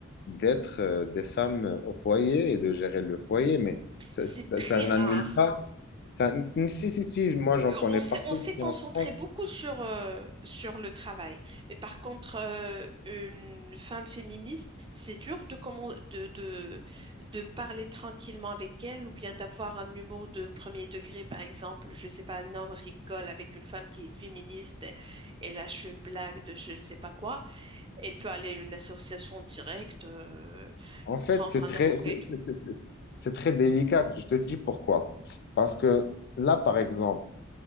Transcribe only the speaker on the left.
d'être euh, des femmes euh, au foyer et de gérer le foyer, mais ça,
ça,
ça n'annule
pas.
ça- si, si, si, moi j'en
connais
partout
ici
en France.
En fait,
c'est
très,
c'est
c'est- c'est- c'est- c'est très délicat. Je te dis pourquoi. Parce que là, par exemple,